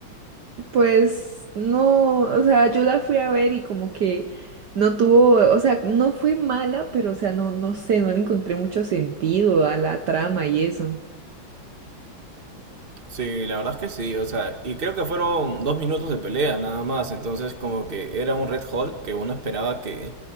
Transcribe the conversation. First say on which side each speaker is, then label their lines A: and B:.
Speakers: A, on the right (about 60°); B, on the right (about 30°).
A: pues no, o sea, yo la fui a ver y como que no tuvo, o sea, no fue mala, pero, o sea, no, no sé, no le encontré mucho sentido a la trama y eso.
B: Sí, la verdad es que sí, o sea, y creo que fueron dos minutos de pelea nada más, entonces como que era un Red Hulk que uno esperaba que,